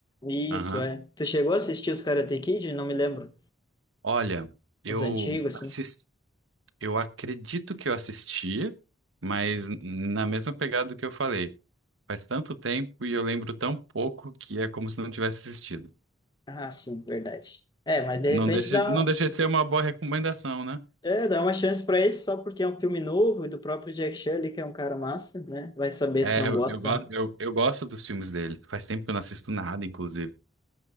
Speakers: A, on the left; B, on the right.
A: Isso,
B: Aham.
A: é. Tu chegou a assistir os Karate Kid? Não me lembro.
B: Olha, eu
A: Os antigos,
B: assisti,
A: assim?
B: eu acredito que eu assistia, mas na mesma pegada que eu falei. Faz tanto tempo e eu lembro tão pouco que é como se não tivesse assistido.
A: Ah, sim, verdade. É, mas de
B: Não
A: repente
B: deixa,
A: dá,
B: não deixa de ser uma boa recomendação, né?
A: é, dá uma chance para esse só porque é um filme novo e do próprio Jack Chan ali, que é um cara massa, né? Vai saber
B: É,
A: se não
B: eu,
A: gosta,
B: eu, go-
A: né?
B: eu, eu gosto dos filmes dele. Faz tempo que eu não assisto nada, inclusive.